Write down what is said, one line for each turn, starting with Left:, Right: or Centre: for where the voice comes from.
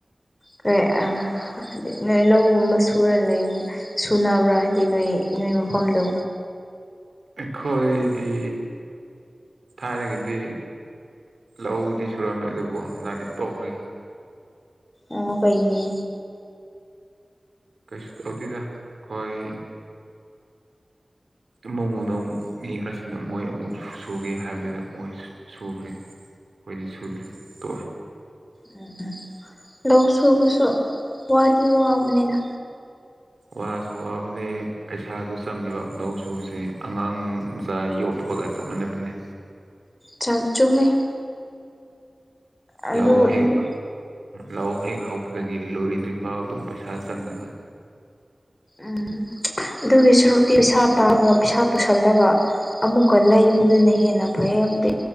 Left: ꯀꯩ ꯑ ꯅꯣꯏ ꯂꯧꯒꯨꯝꯕ ꯁꯨꯔ ꯂꯩ ꯁꯨꯅꯕ꯭ꯔꯥ ꯍꯥꯏꯗꯤ ꯅꯣꯏ ꯅꯣꯏ ꯃꯐꯝꯗꯣ
Right: ꯑꯩꯈꯣꯏꯗꯤ ꯊꯥꯏꯅꯒꯤꯗꯤ ꯂꯧꯗꯤ ꯁꯨꯔꯝꯃꯦ ꯑꯗꯨꯕꯨ ꯍꯟꯗꯛꯇꯤ ꯇꯣꯛꯈꯔꯦ
Left: ꯑꯣ ꯀꯩꯒꯤ
Right: ꯀꯩꯁꯨ ꯇꯧꯗꯦꯗ ꯈꯣꯏ ꯏꯃꯧꯃꯅꯨꯡ ꯃꯤ ꯈꯔꯁꯤꯅ ꯃꯣꯏ ꯑꯃꯨꯛ ꯁꯨꯒꯦ ꯍꯥꯏꯕꯗꯨꯗ ꯃꯣꯏ ꯁꯨꯈ꯭ꯔꯦ ꯈꯣꯏꯗꯤ ꯁꯨꯗ꯭ꯔꯦ ꯇꯣꯛꯑꯦ
Left: ꯎ ꯎꯝ ꯎꯝ ꯂꯧ ꯁꯨꯕꯁꯨ ꯋꯥꯗꯤ ꯋꯥꯕꯅꯤꯗ
Right: ꯋꯥꯁꯨ ꯋꯥꯕꯅꯦ ꯄꯩꯁꯥꯁꯨ ꯆꯪꯂꯤꯕ ꯂꯧ ꯁꯨꯕꯁꯤ ꯑꯉꯥꯡ ꯃꯆꯥ ꯌꯣꯛ ꯄꯣꯛꯄꯒ ꯆꯞ ꯃꯥꯟꯅꯕꯅꯦ
Left: ꯆ ꯆꯨꯝꯃꯦ ꯑꯗꯨ
Right: ꯂꯧ
Left: ꯑꯗꯨ
Right: ꯍꯦꯛ ꯂꯧ ꯍꯦꯛ ꯍꯧꯕꯗꯒꯤ ꯂꯣꯏꯗ꯭ꯔꯤꯐꯥꯎ ꯑꯗꯨꯝ ꯄꯩꯁꯥ ꯆꯪꯉꯤꯗ
Left: ꯎꯝ ꯑꯗꯨꯒꯤ ꯁꯨꯔꯨꯛꯇꯤ ꯄꯩꯁꯥ ꯇꯥꯕ ꯄꯩꯁꯥ ꯄꯨꯁꯜꯂꯒ ꯑꯃꯨꯛꯀ ꯂꯩꯕꯗꯨꯅ ꯍꯦꯟꯅ ꯐꯩꯌꯦꯕꯨꯗꯤ